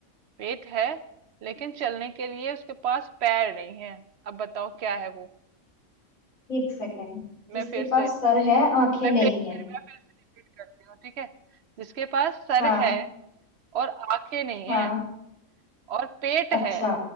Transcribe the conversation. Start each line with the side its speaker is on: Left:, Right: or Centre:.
Right: पेट है लेकिन चलने के लिए उसके पास पैर नहीं है अब बताओ क्या है वो
Left: एक सेकेंड जिसके
Right: मैं फिर से
Left: पास सर है आंखें
Right: मैं
Left: नहीं
Right: फिर से
Left: है
Right: मैं फिर से रिपीट करती हूँ ठीक है जिसके पास सर
Left: हाँ
Right: है और आंखें नहीं
Left: हाँ
Right: है और पेट
Left: अच्छा
Right: है